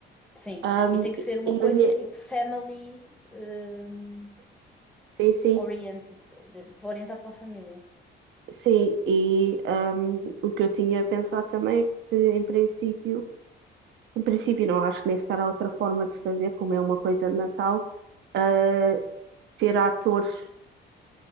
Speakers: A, in the centre; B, on the right (about 70°).
A: Sim.
B: Ahm,
A: E tem que ser uma
B: e
A: coisa
B: na minha,
A: tipo family. hum,
B: sim, sim.
A: oriented, de- orientado para a família.
B: Sim, e hum, o que eu tinha pensado também é que, em princípio, em princípio não acho que nem sequer há outra forma de fazer, como é uma coisa de Natal, ah, ter atores